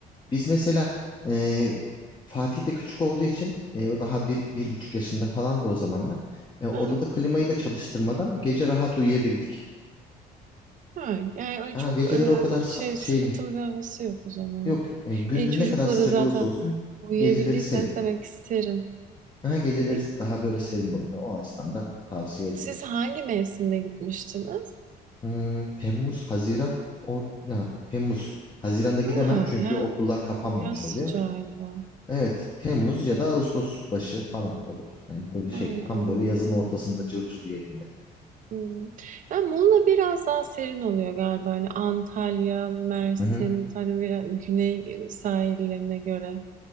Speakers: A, on the left; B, on the right.
A: biz mesela e, Fatih de küçük olduğu için e, o daha bir, bir buçuk yaşında falan da o zamanlar e, odada
B: Ha.
A: klimayı da çalıştırmadan gece rahat uyuyabildik.
B: Ha. Yani öyle
A: Ha
B: çok
A: geceleri
B: e,
A: o kadar sa-
B: şey
A: şey
B: sıkıntılı bir havası yok o zaman.
A: Yok e, gündüz
B: E, çocuklara
A: ne kadar sıcak
B: zaten
A: olursa olsun
B: uyuyabildiyseniz
A: geceleri serin.
B: demek ki serin.
A: Aha, geceleri
B: E,
A: daha böyle serin oluyor. O açıdan da tavsiye edilir.
B: siz hangi mevsimde gitmiştiniz?
A: Hmm, Temmuz, Haziran. O, ya, Temmuz. Haziran'da gidemem
B: Ha,
A: çünkü
B: ya
A: okullar kapanmamış
B: o yaz
A: oluyor.
B: sıcağında.
A: Evet, Temmuz ya da Ağustos başı falan olur. Yani böyle
B: Ha,
A: şey tam
B: anladım.
A: böyle yazın ortasında cırcır yerinde.
B: Hmm. Ya Muğla biraz daha serin oluyor galiba. Hani Antalya, Mersin,
A: Hı hı.
B: hani biraz güney sahillerine göre.